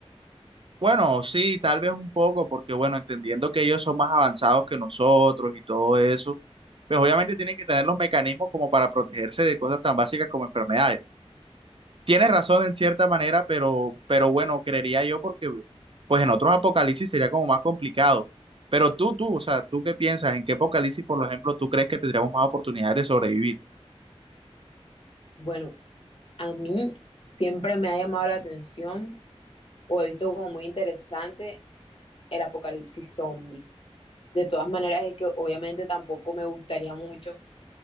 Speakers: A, on the right; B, on the left.
A: Bueno, sí, tal vez un poco, porque bueno, entendiendo que ellos son más avanzados que nosotros y todo eso, pues obviamente tienen que tener los mecanismos como para protegerse de cosas tan básicas como enfermedades. Tienes razón en cierta manera, pero, pero bueno, creería yo porque pues en otros apocalipsis sería como más complicado. Pero tú, tú, o sea, ¿tú qué piensas? ¿En qué apocalipsis, por ejemplo, tú crees que tendríamos más oportunidades de sobrevivir?
B: Bueno, a mí siempre me ha llamado la atención o he visto como muy interesante el apocalipsis zombie. De todas maneras, es que obviamente tampoco me gustaría mucho,